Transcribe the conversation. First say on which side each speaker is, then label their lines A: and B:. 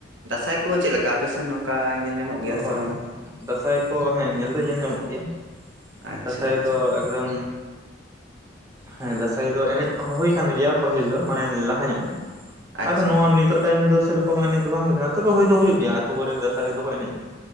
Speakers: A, on the right; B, on the right.
A: ᱫᱟᱸᱥᱟᱭ ᱠᱚ ᱪᱮᱫ ᱞᱮᱠᱟ ᱟᱯᱮ ᱥᱮᱱ ᱱᱚᱝᱠᱟ ᱧᱮᱞ ᱧᱟᱢᱚᱜ ᱜᱮᱭᱟ
B: ᱦᱳᱭ
A: ᱥᱮ
B: ᱦᱳᱭ
A: ᱵᱟᱝ?
B: ᱫᱟᱸᱥᱟᱭ ᱠᱚ ᱦᱮᱸ ᱧᱮᱞ ᱫᱚ ᱧᱮᱞ ᱧᱟᱢᱚᱜ ᱜᱮᱭᱟ᱾
A: ᱟᱪᱪᱷᱟ
B: ᱫᱟᱸᱥᱟᱭ
A: ᱟᱪᱪᱷᱟ
B: ᱫᱚ ᱮᱠᱫᱚᱢ <inaudible> ᱦᱮᱸ ᱫᱟᱸᱥᱟᱭ ᱫᱚ ᱮᱱᱮᱡ ᱠᱚ ᱦᱚᱸ ᱦᱩᱭ ᱟᱠᱟᱱ ᱜᱮᱭᱟ ᱯᱟᱹᱦᱤᱞ ᱫᱚ ᱢᱟᱱᱮ ᱞᱟᱦᱟ ᱧᱚᱜ <inaudible>
A: ᱟᱪᱪᱷᱟ
B: ᱟᱫᱚ ᱱᱚᱜ-ᱚ ᱱᱤᱛᱚᱜ ᱴᱟᱭᱤᱢ ᱫᱚ ᱥᱮᱨᱚᱠᱚᱢ ᱮᱱᱮᱡ ᱫᱚ ᱵᱟᱝ ᱦᱩᱭ ᱠᱟᱱᱟ, ᱛᱚᱵᱮ ᱦᱩᱭ ᱫᱚ ᱦᱩᱭᱩᱜ ᱜᱮᱭᱟ ᱟᱛᱳ ᱠᱚᱨᱮ ᱫᱟᱸᱥᱟᱭ ᱫᱚ ᱠᱚ ᱮᱱᱮᱡ ᱜᱮᱭᱟ᱾